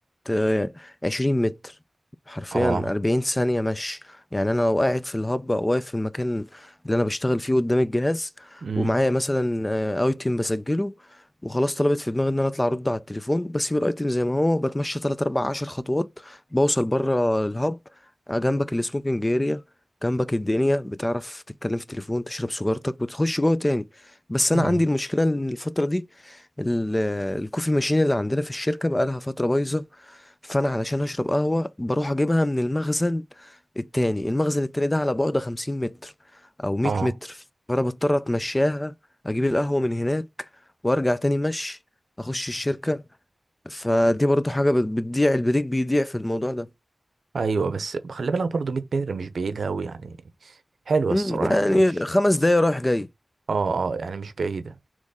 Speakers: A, on the left; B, on the right.
A: آه، عشرين متر حرفيا
B: اه
A: أربعين ثانية مشي يعني أنا لو قاعد في الهب أو واقف في المكان اللي أنا بشتغل فيه قدام الجهاز
B: امم
A: ومعايا مثلا آه، أيتم بسجله وخلاص طلبت في دماغي إن أنا أطلع أرد على التليفون بسيب الأيتم زي ما هو بتمشى تلات أربع عشر خطوات بوصل بره الهب آه، جنبك السموكينج اريا جنبك الدنيا بتعرف تتكلم في التليفون تشرب سيجارتك وتخش جوه تاني بس
B: امم
A: أنا عندي المشكلة إن الفترة دي ال- الكوفي ماشين اللي عندنا في الشركة بقالها فترة بايظة فانا علشان اشرب قهوه بروح اجيبها من المخزن التاني المخزن التاني ده على بعد 50 متر او 100
B: اه
A: متر فانا بضطر اتمشاها اجيب القهوه من هناك وارجع تاني مشي اخش الشركه فدي برضو حاجه بت- بتضيع البريك بيضيع في الموضوع ده
B: ايوه بس خلي بالك برضو 100 متر مش بعيدة أوي يعني حلوة
A: مم،
B: الصراحة
A: يعني
B: يعني مش
A: خمس دقايق رايح جاي
B: اه اه يعني مش بعيدة